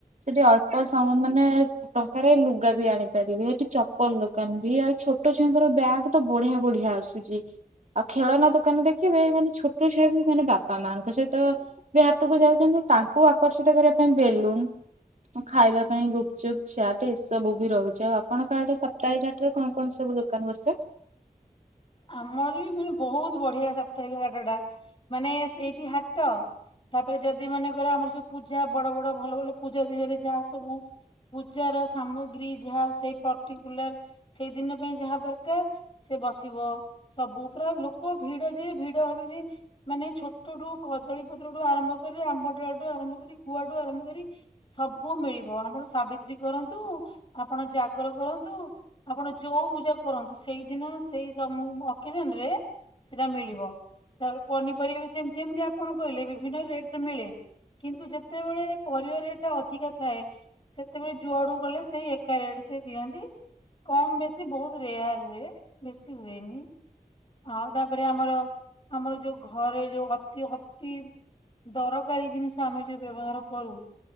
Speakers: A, on the right; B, on the left.
A: ସେଠି ଅଳ୍ପ ସମୟ ମାନେ ଟଙ୍କାରେ ଲୁଗା ବି ଆଣିପାରିବେ ସେଠି ଚପଲ ଦୋ କାନ ବି ଆଉ ଛୋଟ ଛୁଆଙ୍କର ବ୍ୟାଗ୍ ତ ବଢ଼ିଆ ବଢ଼ିଆ ଆସୁଚି। ଆଉ ଖେଳନା ଦୋକାନ ଦେଖିବେ ମାନେ ଛୋଟ ଛୁଆ ବି ମାନେ ବାପା ମାଙ୍କ ସହିତ ବି ହାଟକୁ ଯାଉଛନ୍ତି ତାଙ୍କୁ ଆକର୍ଷିତ କରିବା ପାଇଁ ବେଲୁନ୍ ମୁଁ ଖାଇବା ପାଇଁ ଗୁପ୍ ଚୁପ୍ ଚାଟେ ଏସବୁ ବି ରହୁଚି ଆଉ ଆପଣଙ୍କ ଆଡ଼େ ସ ତାଇ ଘାଟରେ କଣ-କଣ ସବୁ ଦୋକାନ ବସ୍ଥାଏ?
B: ଆମର ବି ମାନେ ବହୁତ ବଢ଼ିଆ ସାପ୍ତାହିକ ବାଟ ଟା ମାନେ ସେଇଟି ହାଟ ତାପରେ ଯଦି ମନେ କର ଆମର ସବୁ ପୂଜା ବଡ଼ ବଡ଼ ଭଲ-ଭଲ ପୂଜା ଦିହରେ ଯାହା ସବୁ ପୂଜାର ସାମଗ୍ରୀ ଯାହା ସେଇ ପର୍ଟିକୁଲାର ସେଇ ଦିନ ପାଇଁ ଯାହା ଦରକାର ସେ ବସ ଯିବ ସବୁ ପୁରା ଲୋକ ଭିଡ଼ ଯେ ଭିଡ଼ ହେବେ ଯେ ମାନେ ଛୋଟଠୁ କଦଳୀ ପତ୍ର ଠୁ ଆରମ୍ଭ କରି ଆମ୍ବଡାଳଠୁ ଆରମ୍ଭ କରି ଗୁଆଠୁ ଆରମ୍ଭ କରି ସବୁ ମିଳିବ ଆମର ସାବିତ୍ରୀ କରନ୍ତୁ। ଆପଣ ଜାଗର କରନ୍ତୁ। ଆପଣ ଯୋଉ ପୂଜା କରନ୍ତୁ ସେଇଦିନ ସେଇ ସମୁ ଅକେଜନ୍ ରେ ସେଇଟା ମିଳିବ ତାପରେ ପନିପରିବା ବି ସେମ୍ ତି ଯେମ୍ ତି ଆପଣ କହିଲେ ବିଭିନ୍ନ ରେଟ୍ ରେ ମିଳେ। କିନ୍ତୁ ଯେତେବେଳେ ପରିବା ରେଟ୍ ଟା ଅଧିକା ଥାଏ ସେତେବେଳେ ଯୁଆଡ଼ୁକୁ ଗଲେ ସେଇ ଏକା ରେଟ୍ ସିଏ ଦିଅନ୍ତି। କମ୍ ବେଶୀ ବହୁତ ରେୟାର୍ ହୁଏ ବେଶୀ ହୁଏନି। ଆଇ ତାପରେ ଆମର ଆମର ଯୋଉ ଘରେ ଯୋଉ ଅତି-ଅତି ଦରକାରୀ ଜିନିଷ ଆମେ ଯୋଉ ବ୍ୟବହାର କରୁ।